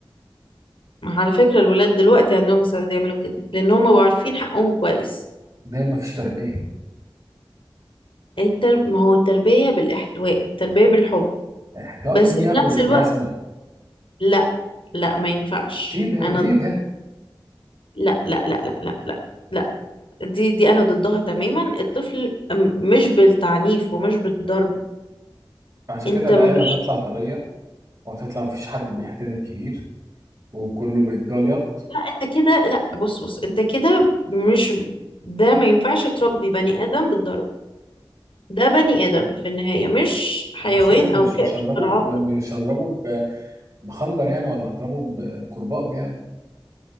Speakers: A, on the left; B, on the right.
A: على فكرة الولاد دلوقتي عندهم استعداد يعملوا كده لأن هم بقوا عارفين حقهم كويس
B: ده مفيش تربية
A: التر... ما هو التربية بالإحتواء التربية بالحب
B: احتواء
A: بس
B: مين
A: في
B: ياخده
A: نفس
B: بالجزمة
A: الوقت لا لا ما ينفعش
B: ايه ده
A: أنا
B: ايه
A: ضد-
B: ده
A: لا لا لا لا لا لا لا دي دي أنا ضدها تماما الطفل م- مش بالتعنيف ومش بالضرب
B: عشان
A: أنت
B: كده العيال
A: مش
B: هتطلع طرية وهتطلع مفيش حد بيحترم الكبير وكله بيتجليط
A: أنت كده لا بص بص أنت كده مش ده ما ينفعش تربي بني آدم بالضرب ده بني آدم في النهاية مش حيوان
B: انا مش لازم
A: أو
B: مش
A: كائن
B: مش هضربه
A: غير عاقل
B: ب- مش هضربه بخنجر يعني ولا هضربه بكرباج يعني